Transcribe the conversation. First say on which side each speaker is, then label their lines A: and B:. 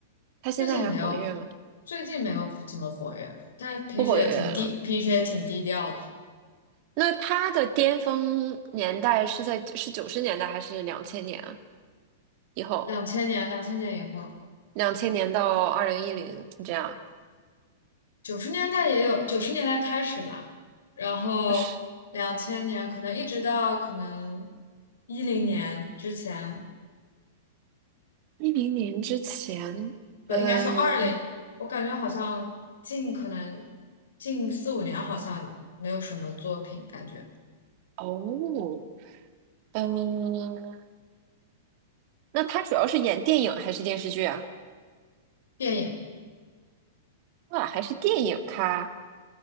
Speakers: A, on the right; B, on the left.
A: 他现在还活跃吗？
B: 最近没有，最近没有怎么活跃，但平时也挺低，
A: 不活跃了。
B: 平时也挺低调的。
A: 那他的巅峰年代是在是九十年代还是两千年啊？以后
B: 两千年，两千年以后。
A: 两千年到二零一零这样，
B: 九十年代也有，九十年代开始吧，然后两千年可能一直到可能
A: 是
B: 一零年之前，
A: 一零年之前，
B: 不应该说二零，
A: 嗯、
B: 我感觉好像近可能近四五年好像没有什么作品，感觉
A: 哦，嗯、那他主要是演电影还是电视剧啊？
B: 电影
A: 哇，还是电影咖。